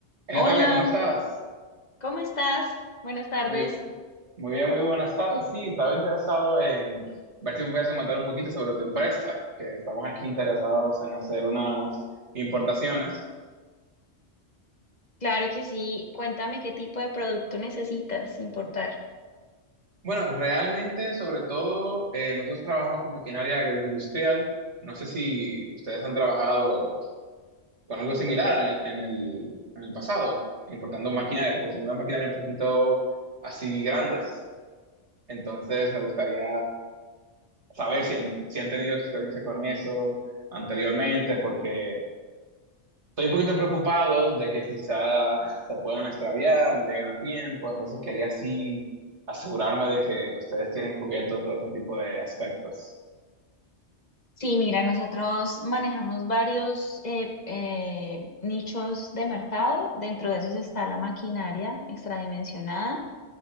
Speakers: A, on the right (about 80°); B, on the left (about 40°).
A: Hey,
B: Hola,
A: Natalia, ¿cómo estás?
B: ¿cómo estás? Buenas tardes.
A: Muy, muy bien, muy buenas tardes. Sí, estaba interesado en ver si me puedes comentar un poquito sobre tu empresa, que estamos aquí interesados en hacer unas importaciones.
B: Claro que sí. Cuéntame qué tipo de producto necesitas, sin importar.
A: Bueno, realmente, sobre todo, eh, nosotros trabajamos con maquinaria agroindustrial. No sé si ustedes han trabajado con algo similar en, en el, en el pasado, importando maquinaria, porque son unas maquinarias un poquito así grandes. Entonces, me gustaría saber si, han- si han tenido experiencia con eso anteriormente, porque estoy un poquito preocupado de que quizá se puedan extraviar, no lleguen a tiempo, entonces quería así asegurarme de que ustedes tienen cubierto todo ese tipo de aspectos.
B: Sí, mira, nosotros manejamos varios eh, eh, nichos de mercado. Dentro de esos está la maquinaria extradimensionada.